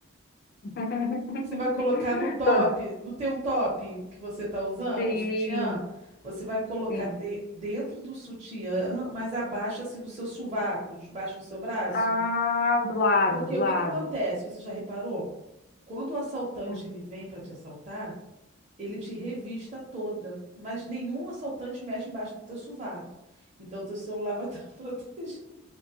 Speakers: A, on the left; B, on the right.
A: <laughs>
B: Você vai colocar no top,
A: Tô-
B: não tem um top que você tá usando,
A: Sim,
B: um sutiã? Você vai colocar
A: sim.
B: de- dentro do sutiã, mas abaixo, assim, do seu sovaco, debaixo do seu braço.
A: Ah, do lado,
B: Porque
A: do
B: o
A: lado.
B: que que acontece? Você já reparou? Quando o assaltante
A: Hum.
B: ele vem para te assaltar, Ele te revista toda, mas nenhum assaltante mexe embaixo do teu sovaco. Então teu celular vai estar <laughs> protegido.